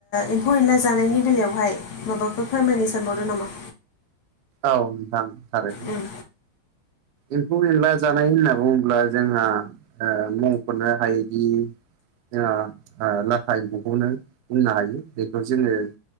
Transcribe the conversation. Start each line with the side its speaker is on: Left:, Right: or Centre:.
Left: एम्फौ एनला जानायनि बेलायावहाय माबाफोर फोरमायनो सानबावदों नामा?
Right: औ नोंथां थारैनो
Left: उम
Right: एम्फौ एनला जानाय होनना बुङोब्ला जोंहा मुंफोरनो हायैदि जों ओ लाथा एम्खौखौनो होननो हायो बेखौ जोंङो